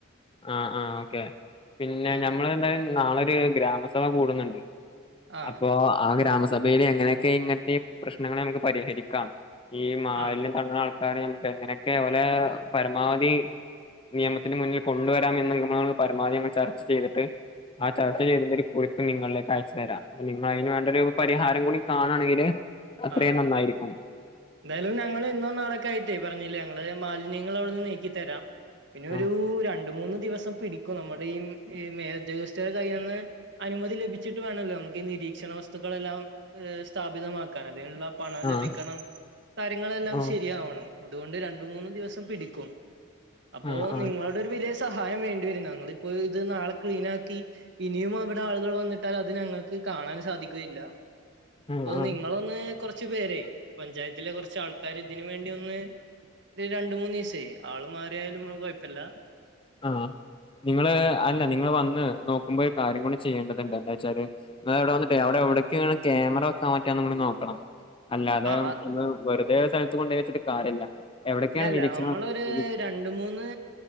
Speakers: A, on the left; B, on the right.
A: ആഹ് ആഹ് ഓക്കെ പിന്നെ
B: ഉം
A: ഞമ്മൾ എന്തായും നാളെ ഒരു ഗ്രാമസഭ കൂടുന്നുണ്ട്.
B: ആ
A: അപ്പൊ ആഹ് ഗ്രാമസഭയില് എങ്ങനെയൊക്കെ ഇങ്ങനത്തെ പ്രശ്നങ്ങളെ നമ്മുക്ക് പരിഹരിക്കാം ഈ മാലിന്യം
B: ആ
A: തള്ളുന്ന ആൾക്കാരെ നമ്മുക്ക് എങ്ങനെയൊക്കെ ഓരെ പരമാവധി നിയമത്തിന് മുന്നിൽ കൊണ്ടുവരാമെന്ന് നിഗമനത്തിൽ പരമാവധി ചർച്ച ചെയ്തിട്ട് ആഹ് ചർച്ച ചെയ്തിന്റെ കുറി പ്പ് നിങ്ങളിലേക്ക് അയച്ചു തരാം അപ്പ നിങ്ങൾ അതിന് വേണ്ട ഒരു പരിഹാരം കൂടി കാണെങ്കില് അത്രേയുംനന്നായിരിക്കും.
B: ആ എന്തായാലും ഞങ്ങൾ ഇന്നോ നാളൊക്കെ ആയിട്ടേ പറഞ്ഞില്ലേ ഞങ്ങള് മാലി ന്യങ്ങള് അവിടുന്ന് നീക്കി തരാം പിന്നെ
A: ആഹ്
B: ഒരു രണ്ടു മൂന്ന് ദിവസം പി ടിക്കും നമ്മുടെ ഈ മേല് ഉദ്യോഗസ്ഥരുടെ കയ്യിൽ നിന്ന് അനുമതി ലഭിച്ചിട്ട് വേണമല്ലോ നമ്മുക്ക് ഈ നിരീക്ഷണ വസ്തുക്കളെല്ലാം സ്ഥാപിതമാക്ക അതിനുള്ള പണം ലഭിക്കണം
A: ആഹ്
B: കാര്യങ്ങളെല്ലാം
A: ആഹ്
B: ശരിയാവണം. അതുകൊണ്ട് രണ്ടുമൂന്ന് ദിവസം പിടിക്കും അപ്പോ
A: ആഹ് ആഹ്
B: നിങ്ങളുടെ വലിയ സഹായം വേണ്ടിവരും ഞങ്ങൾ ഇപ്പോ ഇത് നാളെ ക്ലീനാക്കി ഇനിയും അവിടെ ആളുകൾ വന്നിട്ടാൽ അത് ഞങ്ങൾക്ക് കാണൻ സാധിക്കുകയില്ല
A: ആഹ്
B: അപ്പൊ
A: ആഹ്
B: നിങ്ങ നങ്ങളൊന്ന് കൊറച്ച് പേര് പഞ്ചായത്തിലെ കുറച്ച്ആൾക്കാര് ഇതിന് വേണ്ടി ഒന്ന് ഒരു രണ്ടുമൂന്ന് ദിവസെ ആള് മാറിയാലും കുഴപ്പമില്ല-
A: ആഹ് നിങ്ങള് അല്ല നിങ്ങള് വന്ന് നോക്കുമ്പോ ഒരു കാര്യം കൂടെ ചെയ്യേണ്ടതുണ്ട് എന്താ വച്ചാല് നിങ്ങവിടെ വന്നിട്ട് അവിടെ എവിടേക്കാണ് ക്യാമറ വെക്കാൻ പറ്റുക എന്ന് കൂടിനോക്കണം. അല്ല അതെ
B: ആ
A: ഉം
B: ആ,
A: ഇന്ന് വെറുതെ ഒരു സ്ഥലത്ത് കൊണ്ടോയ് വെച്ചിട്ട് കാര്യല്ല എവിടൊക്കെയാണ്
B: ഇല്ലല
A: നിരീക്ഷണം
B: നമ്മളൊര് രൺ ണ്ട് മൂന്ന്